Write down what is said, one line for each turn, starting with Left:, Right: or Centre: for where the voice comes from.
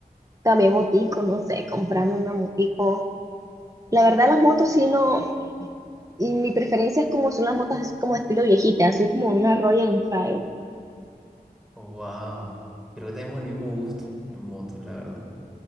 Right: También motico, no sé, comprarme una motico. La verdad, las motos sí no, y mi preferencia es como son las motos así como estilo viejita, así como una Royal Enfield.
Centre: Oh, wow. Creo que tenemos el mismo gusto en motos, la verdad.